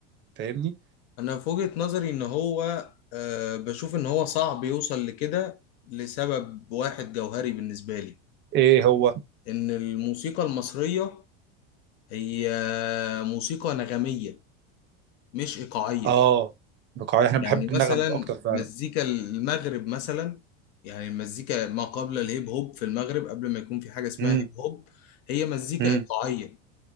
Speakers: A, on the right (about 35°); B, on the left (about 65°).
A: فاهمني
B: انا في وجهة نظري ان هو آه بشوف ان هو صعب يوصل لكده لسبب واحد جوهري بالنسبة لي
A: ايه هو
B: ان الموسيقى المصرية هي موسيقى نغمية مش ايقاعية
A: اه بقاعية احنا بنحب
B: يعني
A: النغم
B: مثلا
A: اكتر فعلا
B: مزيكا المغرب مثلا يعني المزيكا ما قبل الهيب هوب في المغرب قبل ما يكون في حاجة اسمها
A: امم
B: هيب هوب هي مزيكا
A: امم
B: إيقاعية